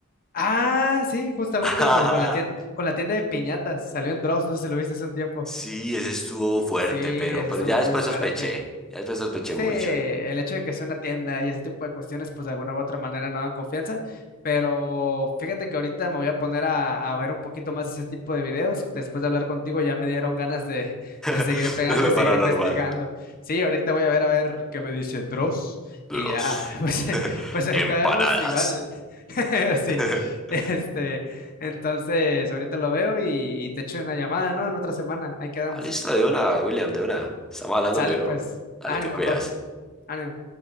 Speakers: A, on the left; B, in the centre.
A: Ah, sí, justamente,
B: <laughs>
A: o como
B: Ajá.
A: con la tienda, con la tienda de piñatas, salió en Dross, no sé si lo viste hace un tiempo.
B: Sí, ese estuvo fuerte,
A: Sí,
B: pero,
A: ese
B: pero
A: estuvo
B: ya después
A: muy fuerte.
B: sospeché. Ya después sospeché
A: Sí,
B: mucho.
A: el hecho de que sea una tienda y ese tipo de cuestiones, pues de alguna u otra manera no dan confianza, pero fíjate que ahorita me voy a poner a, a ver un poquito más ese tipo de videos. Después de hablar contigo ya me dieron ganas de, <laughs> de seguir
B: <laughs>
A: pegando
B: De lo
A: y seguir
B: paranormal.
A: investigando. Sí, ahorita voy a ver a ver qué me dice Dross
B: Bros.
A: y ya, <laughs> pues, eh, pues ahorita
B: Empanadas.
A: vemos igual. <laughs> Sí,
B: <laughs>
A: este, entonces ahorita lo veo y, y te echo una llamada, ¿no? En otra semana, ahí quedamos.
B: listo, de una, William, de una. Estamos hablando,
A: Sale
B: mi bro.
A: pues,
B: Dale,
A: ánimo,
B: te cuidas.
A: bro, ánimo.